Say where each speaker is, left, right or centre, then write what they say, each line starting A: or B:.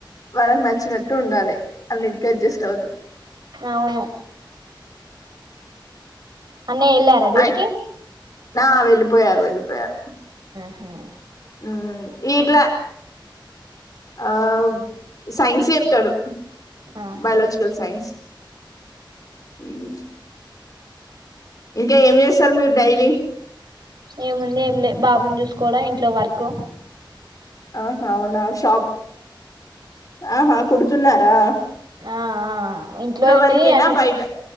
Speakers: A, on the left; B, on the right.
A: వాళ్ళకి నచ్చినట్టు ఉండాలి అన్నిటికి అడ్జస్ట్ అవుతు
B: అవును అన్నయ్య ఎళ్ళారా డ్యూటీకి
A: అయ్ ఆ వెళ్ళిపోయారు వెళ్ళిపోయారు
B: హ
A: ఉ ఇట్లా ఆ సైన్స్ చెప్తాడు
B: ఆహా
A: బయాలజికల్ సైన్స్ హ్మ్ ఇంకా ఏం చేస్తారు మీరు డైలి
B: ఏముంది ఏమి లే బాబుని చూసుకోవడం ఇంట్లో వర్కు
A: ఆహా అవునా షాప్ ఆహా ఆహా కుడుతున్నారా
B: ఆ ఆ ఇంట్లో ఉన్నాయి
A: వరకేనా
B: అవి
A: బయట